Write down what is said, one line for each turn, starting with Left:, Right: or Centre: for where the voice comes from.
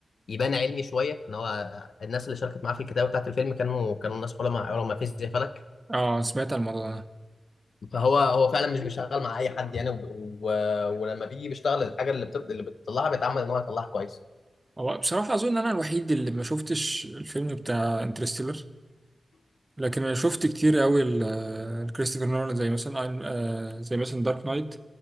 Left: يبان علمي شويه ان هو الناس اللي شاركت معاه في الكتابه بتاعت الفيلم كانوا كانوا ناس علماء علماء فيزياء فلك
Right: اه سمعت عن الموضوع ده
Left: فهو هو فعلا مش بيشتغل مع اي حد يعني و... و... ولما بيجي بيشتغل الحاجه اللي بت... اللي بتطلعها بيتعمل ان هو يطلعها كويس
Right: هو بصراحة اظن انا الوحيد اللي ما شفتش الفيلم بتاع انترستيلر لكن انا شفت كتير قوي الكريستوفر نولان زي مثلا أين- آه، زي مثلا دارك نايت